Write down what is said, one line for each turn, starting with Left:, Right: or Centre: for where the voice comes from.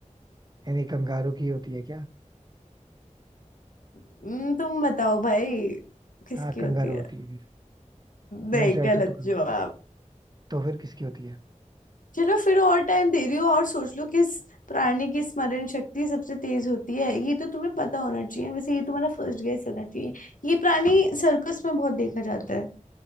Right: यानी कंगारू की होती है क्या
Left: हम्म, तुम बताओ भाई किसकी
Right: हाँ कंगारू
Left: होती है
Right: होती है फिर
Left: नहीं
Right: मेरे साइड
Left: गलत
Right: से तो कंग...
Left: जवाब
Right: तो फिर किसकी होती है
Left: चलो फिर और टाइम दे दियो और सोच लो किस प्राणी की स्मरण शक्ति सबसे तेज होती है ये तो तुम्हें पता होना चाहिए वैसे ये तुम्हारा फर्स्ट गेस होना चाहिए ये प्राणी सर्कस में बहुत देखा जाता है